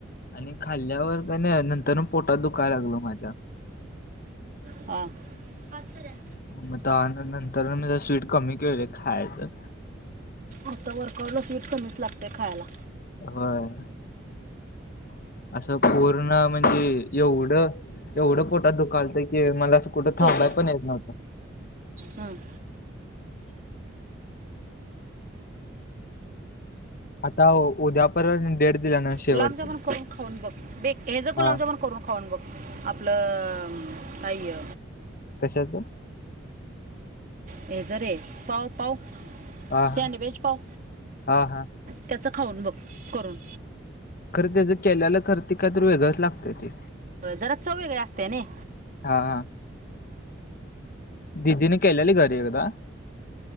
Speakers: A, on the left (about 50°); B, on the right (about 45°).
A: आणि खाल्ल्यावर कनी नंतर पोटात दुखायला लागलं माझ्या.
B: हा पाच <unintelligible>
A: मग त्या नंतर मी जरा स्वीट कमी केलं खायचं.
B: आता वरकवलं स्वीट कमीच लागते खायला.
A: होय. असं पूर्ण म्हणजे एवढं एवढं पोटात दुखालतं की मला असं कुठं
B: पैसे
A: थांबलाय पण येत नव्हं
B: हम्म.
A: आता उ- उद्या परत डेट दिल्या ना शेवटची.
B: गुलाबजामन करून खाऊन बघ बेक हे ज गुलामजामून
A: हा
B: करून खाऊन बघ आपलं काय हे
A: कशाचं?
B: हे ज रे पाव पाव
A: हा
B: सँडविच
A: हा
B: पाव
A: हा हा
B: त्याचं खाऊन बघ करून.
A: खरं त्याचं केल्याला खरं काय तर वेगळंच लागतंय ते.
B: जरा चव वेगळे असते नयी.
A: हा हा दिदीने केल्याली घरी एकदा.